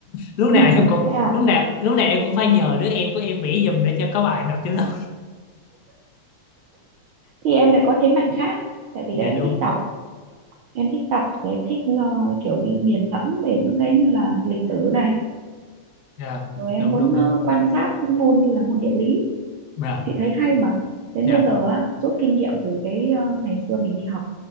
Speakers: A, on the left; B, on the right.
A: lúc
B: ừ.
A: nào em cũng
B: thế à
A: lúc nào lúc nào em cũng phải nhờ đứa em của em vẽ giùm để cho có bài nộp trên lớp
B: thì em lại có thế mạnh khác tại vì
A: dạ
B: là em
A: đúng
B: thích đọc em thích đọc và em thích ờ, kiểu như nghiền ngẫm về những cái như là lịch sử này
A: dạ
B: rồi em
A: đúng
B: muốn
A: đúng
B: ờ,
A: đúng
B: quan sát những môn như là môn địa lý
A: dạ
B: chị thấy hay mà đến
A: dạ
B: bây giờ á rút kinh nghiệm từ cái ờ, ngày xưa mình đi học